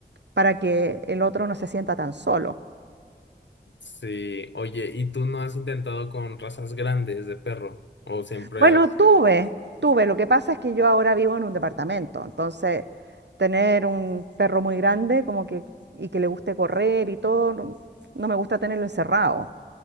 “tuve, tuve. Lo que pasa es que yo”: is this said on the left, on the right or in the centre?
Right